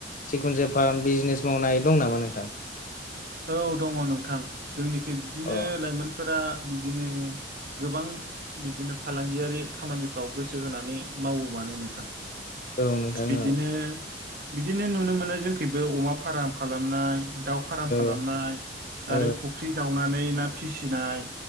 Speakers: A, on the left; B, on the right.
A: सिखुनजा फार्म बिजनेस मावनाय दं नामा नोंथां
B: औ दङ नोंथां जोंनिखि बिदिनो
A: अ
B: लाइमोनफोरा बिदिनो गोबां बिदिनो फालांगियारि खामानिफ्राव गोसो होनानै मावो मानो नोंथां
A: औ नोंथां
B: बिदिनो
A: औ
B: बिदिनो नुनो मोनो जोंखोबो अमा फार्म खालामनाय दाउ फा खालामनाय
A: औ औ
B: आरो फुख्रि जावनानै ना फिसिनाय